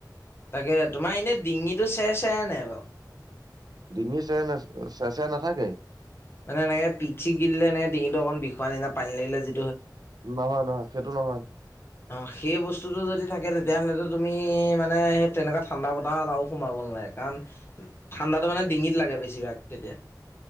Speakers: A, on the left (about 30°); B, on the right (about 60°).
A: তাকে তোমাৰ এনেই ডিঙিটো চেৰ চেৰা নাই বাৰু
B: ডিঙি চে ন চে চেৰাই নাথাকে
A: মানে এনেকে পিক চিক গিলিলে এনেক ডিঙটো অকন বিখুৱ নিচীনা পানী লাগিলে যে
B: নহয় নহয় সেইটো নহয়
A: অ সেই বস্তুতটো যদি থাকে তেতিয়াহলেটো তুমি মানে সেই তেনেকুৱা ঠাণ্ডা বতাহত আৰু সোমাব নাই কাৰণ ঠাণ্ডাটো মানে ডিঙিত লাগে বেছিভাগ তেতিয়া